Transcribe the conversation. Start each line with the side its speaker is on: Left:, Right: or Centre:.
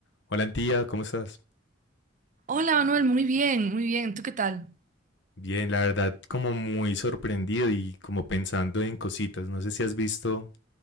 Left: Hola, tía, ¿cómo estás?
Right: Hola Manuel, muy bien, muy bien. ¿Tú qué tal?
Left: Bien, la verdad, como muy sorprendido y como pensando en cositas. No sé si has visto